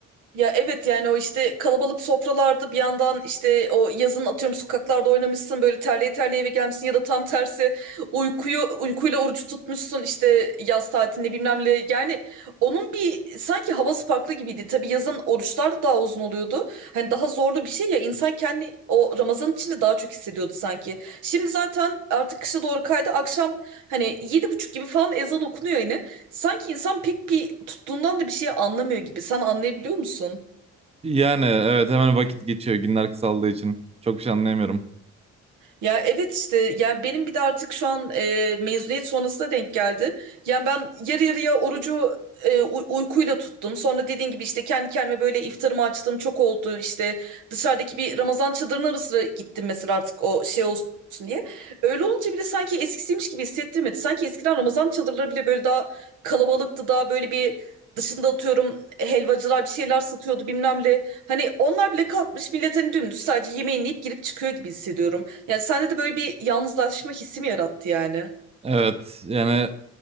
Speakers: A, on the right (about 80°); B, on the right (about 20°).
A: Ya evet yani o işte kalabalık sofralarda bir yandan işte o yazın atıyorum sokaklarda oynamışsın böyle terleye terleye eve gelmişsin ya da tam tersi uykuyu uykuyla oruç tutmuşsun işte yaz tatilinde bilmem ne yani onun bir sanki havası farklı gibiydi. Tabii yazın oruçlar da daha uzun oluyordu. Hani daha zorlu bir şey ya insan kendi o Ramazan içinde daha çok hissediyordu sanki. Şimdi zaten artık kışa doğru kaydı akşam hani yedi buçuk gibi falan ezan okunuyor yine. Sanki insan pek bir tuttuğundan da bir şey anlamıyor gibi. Sen anlayabiliyor musun?
B: Yani evet hemen vakit geçiyor günler kısaldığı için çok bir şey anlayamıyorum.
A: Ya evet işte yani benim bir de artık şu an e, mezuniyet sonrasına denk geldi. Yani ben yarı yarıya orucu e, uy- uykuyla tuttum. Sonra dediğin gibi işte kendi kendime böyle iftarımı açtığım çok oldu. İşte dışarıdaki bir Ramazan çadırının arasına gittim mesela artık o şey olsun diye. Öyle olunca bile sanki eskisiymiş gibi hissettirmedi. Sanki eskiden Ramazan çadırları bile böyle daha kalabalıktı. Daha böyle bir dışında atıyorum helvacılar bir şeyler satıyordu bilmem ne. Hani onlar bile kalkmış millet hani dümdüz sadece yemeğini yiyip girip çıkıyor gibi hissediyorum. Yani sende de böyle bir yalnızlaşma hissi mi yarattı yani?
B: Evet yani